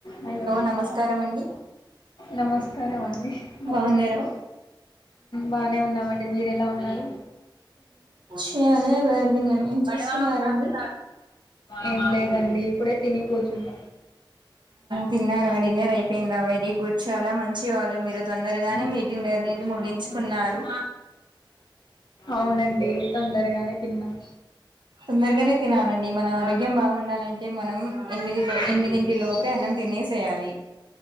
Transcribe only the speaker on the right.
నమస్కారం అండి
బాగున్నారా
చాలా బాగున్నాం ఏం చేస్తున్నారండి
తిన్నారా డిన్నర్ అయిపోయిందా వెరీ గుడ్ చాలా మంచి వాళ్ళు మీరు తొందరగానే
మీ
డిన్నర్. డిన్నర్
అనేది ముగించుకున్నారు
తొందరగానే తినాలండి మన ఆరోగ్యం బాగుండాలంటే మనం ఎనిమిది లో
ఎనిమిదింటి
లోపే అన్నం తినేసేయాలి